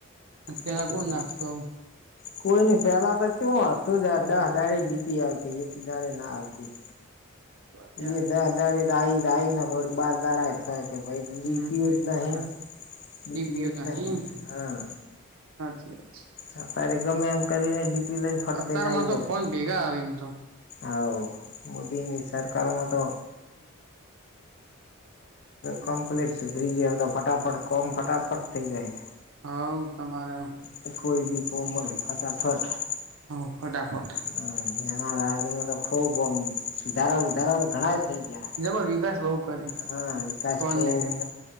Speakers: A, on the right; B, on the left.
A: પેલા
B: બાકી
A: કોણ નાખતું આવું
B: કોઈ ન પેલા તો ચ તું દસ દાળે ડીપી આવતી એક દાળે ના આવતી
A: વાત હાચી
B: એ દસ દાડે તો આ આવી આ આવીને થડી બાર દાડ થ કે ભાઈ
A: હમ
B: લીપીઓ
A: થઈ
B: જ
A: તો
B: નહી
A: વાત હાચી
B: લીપીઓ
A: ડીપીયુ
B: જ નહી
A: નહીં
B: હા
A: હાચી વાત છે
B: અ, ત્યારે ગમે એમ કરીને ડીપી લઈને ફટ
A: અત્યારમાં
B: દઈને આવી જાવ.
A: તો ફોન ભેગા આવે એમ તો.
B: આવા મોદીની સરકાર મા તો
A: હા.
B: કમ્પ્લીટ સુધરી જ એમ તો, ફટાફટ કોમ ફટાફટ થઇ જાય.
A: હાવ તમારે
B: હ કોકઈદી કો ઉમ હફાટ આપફાટ <unintelligible>
A: હ, ફટાફટ.
B: હ, તેના રાજમાં તો ખુબ સુધારા વધધારા તો ઘણા થઇ ગયા.
A: બરાબર, વિકાસ બહુ. કર્યો
B: હા, વિકાસ
A: સોલિડ
B: ખૂબ
A: એમ